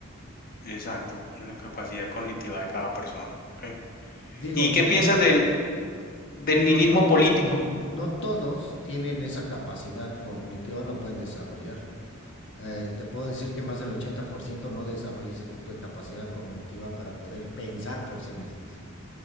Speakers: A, on the left; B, on the left.
A: Exacto, la capacidad cognitiva de cada persona. ¿ok?
B: Digo,
A: ¿Y
B: no,
A: qué piensas
B: no,
A: del, del
B: Digo,
A: nihilismo
B: no, no,
A: político?
B: no, no todos tienen esa capacidad cognitiva, la pueden desarrollar. Eh, te puedo decir que más del 80% no desarrolla ese tipo de capacidad cognitiva para poder pensar por sí mismos.